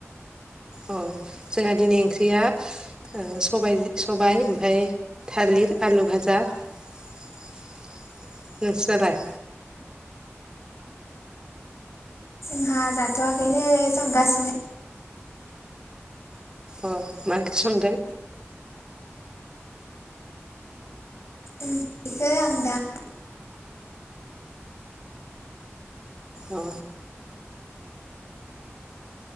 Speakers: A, on the right; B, on the left.
A: अ जोंहा दिनै ओंख्रिया ओ स-सबाय ओमफ्राय थालिर आलु भाजा नोंस्रालाय
B: जोंहा जाथ'वाखैनो संगासिनो
A: अ मा ओंख्रि संदों
B: ओंख्रिखौ आं दा
A: अ